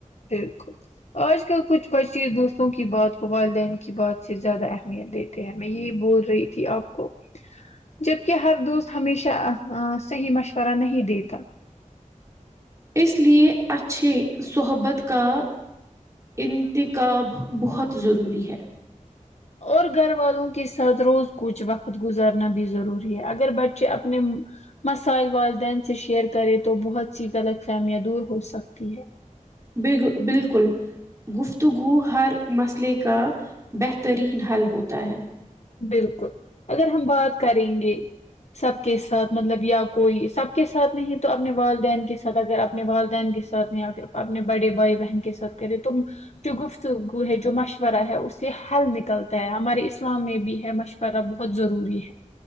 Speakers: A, on the left; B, on the right.
A: بالکل آج کل کچھ بچے دوستوں کی بات کو والدین کی بات سے زیادہ اہمیت دیتے میں یہی بول رہی تھی آپ کو جبکہ ہر دوست ہمیشہ صحیح مشورہ نہیں دیتا
B: اس لیے اچھے صحبت کا انتخاب بہت ضروری ہے
A: اور گھر والوں کے ساتھ روز کچھ وقت گزارنا بھی ضروری ہے اگر بچے اپنے مسائل والدین سے شیئر کرے تو بہت سی غلط فہمیاں دور ہو سکتی ہے
B: بلکل بالکل گفتگو ہر مسئلے کا بہترین حل ہوتا ہے
A: بالکل اگر ہم بات کریں گے سب کے ساتھ مطلب یا کوئی سب کے ساتھ نہیں تو اپنے والدین کے ساتھ اگر اپنے والدین کے ساتھ نہی پھر اپنے بڑے بھائی بہن کے ساتھ کرے تم جو گفتگو ہے جو مشورہ ہے اس سے حل نکلتا ہے ہمارے اسلام میں بھی بھی ہے مشورہ بہت ضروری ہے